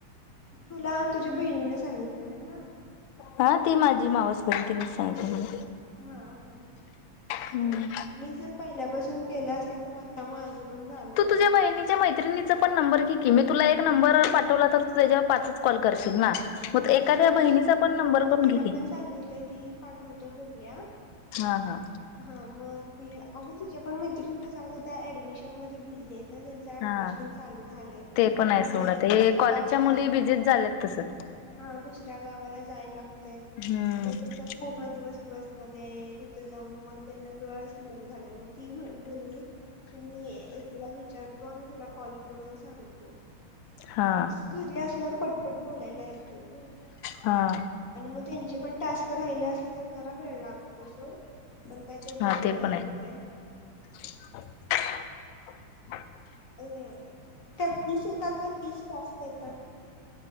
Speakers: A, on the left; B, on the left.
A: तुला तुझ्या बहिणीने सांगितलेलं ना?
B: हा ती माझी मावस बहीण तिनंच सांगितलेलं.
A: हा हा
B: हम्म
A: मी जर पहिल्यापासून केलं असतं तर आता माझं पण झालं
B: तू
A: असतं.
B: तुझ्या बहिणीच्या मैत्रिणीचा पण नंबर घे ती मी तुला एक नंबर पाठवला तर त त्याच्या पाचंच कॉल करशील ना? मग एखाद्या
A: हो
B: बहिणीचा
A: तिला
B: पण
A: प
B: नंबर
A: अगं
B: करून
A: तिला
B: घे की
A: पण सांगितलं ती पाठवतो बोलल्या
B: हा हा
A: हा मग ती अगं तिच्या पण मैत्री कसं आता त्या ऍडमिशन मध्ये बीझी आहेत. ना त्यांच ऍडमिशन
B: हा
A: चालू झालंय
B: ते पण
A: त्यामुळे
B: आहे सोड ते
A: दुसऱ्या
B: कॉलेजच्या
A: गावाला
B: मुली बिजिच झाल्यात तसं.
A: हा दुसऱ्या गावाला जाया लागतंय
B: हम्म.
A: म त्यांचा पूर्ण दिवस बस मध्ये ये जाऊन मग त्यांना वेळच झाले मग ती बोलली की मी एकीला विचारतो आणि तुला कॉल करून सांगतो.
B: हा
A: घरी अस जर पटपट बोलायला आणि
B: हा
A: मग त्यांचे पण टास्क राहिले असले तर ग? थोडा वेळ लागतो सोड. पण काय ते
B: हा
A: बोलायला
B: पण
A: येत
B: आहे.
A: नाही.
B: <inaudible>
A: अ त्यात तीस होतात का, तीस टास्क येतात?